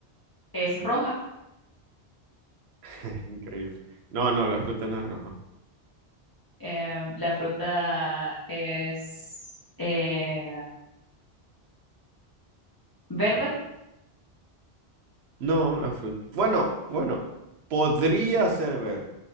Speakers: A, on the left (about 25°); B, on the right (about 75°).
A: es roja.
B: <laughs> Increíble. No, no, la fruta no es roja.
A: eh, la fruta es eh, verde,
B: No, la fruta. Bueno, bueno. Podría ser verde.